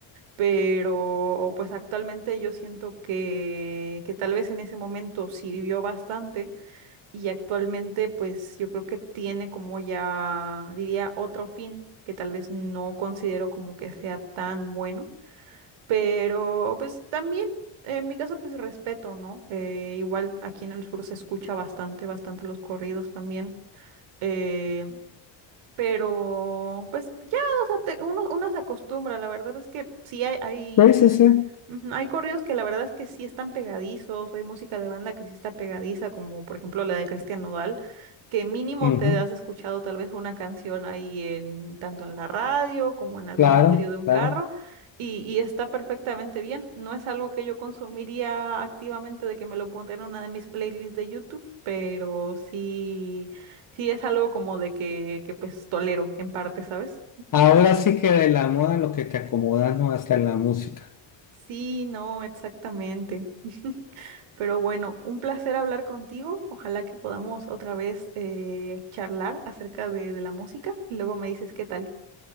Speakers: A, on the right; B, on the left.
A: Pero pues actualmente yo siento que, que tal vez en ese momento sirvió bastante y actualmente pues yo creo que tiene como ya, diría, otro fin que tal vez no considero como que sea tan bueno, pero pues también en mi caso pues respeto, ¿no? Eh, igual aquí en el sur se escucha bastante, bastante los corridos también. eh, pero, pues ya, o sea, te- uno, uno se acostumbra, la verdad es que sí hay, hay,
B: Sí, sí, sí.
A: ujú, hay corridos que la verdad es que sí están pegadizos, o hay música de banda que sí está pegadiza, como por ejemplo la de Cristian Nodal, que mínimo
B: Ujú.
A: te has escuchado tal vez una canción ahí en, tanto en la radio como en algún
B: Claro,
A: estéreo de un carro,
B: claro.
A: y, y está perfectamente bien. No es algo que yo consumiría activamente de que me lo pondría en una de mis playlists de YouTube, pero sí. Sí, es algo como de que, que pues tolero en parte, ¿sabes?
B: Ahora sí que de la moda lo que te acomoda, ¿no? Hasta en la música.
A: Sí, no, exactamente. Pero bueno, un placer hablar contigo. Ojalá que podamos otra vez eh, charlar acerca de, de la música y luego me dices qué tal.